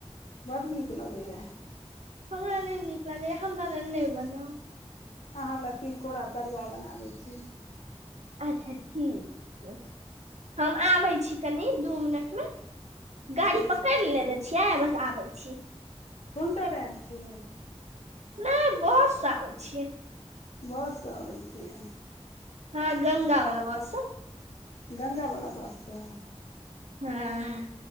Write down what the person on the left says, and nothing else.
बड नीक लगैया
अहाँ लए तिलकोरा तरुआ बना दै छी
हँ
कोन ट्रेन छै
बस से आबै छिये
ह
गङ्गा बला बस स